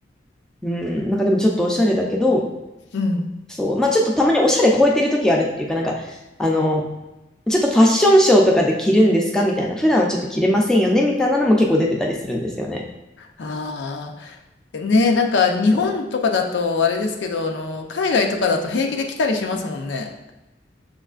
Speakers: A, in the centre; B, on the left.
A: う。うん、なんかでもちょっとおしゃれだけど、
B: うん。
A: そう。まあちょっとたまにおしゃれ超えてる時あるっていうか、なんか、あの、ちょっとファッションショーとかで着るんですかみたいな。普段はちょっと着れませんよねみたいなのも結構出てたりするんですよね。
B: ああ、ね、なんか日本とかだとあれですけど、
A: そ
B: あの、海外とかだと平気で来たりしますもんね。